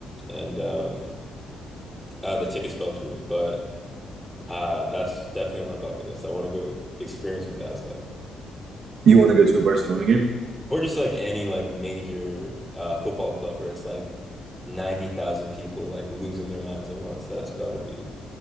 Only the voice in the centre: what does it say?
and um, uh, the tickets fell through. But uh, that's definitely on my bucket list. I want to go experience what that's like,
or just like any like major uh, football club where it's like 90,000 people like losing their minds at once. That's got to be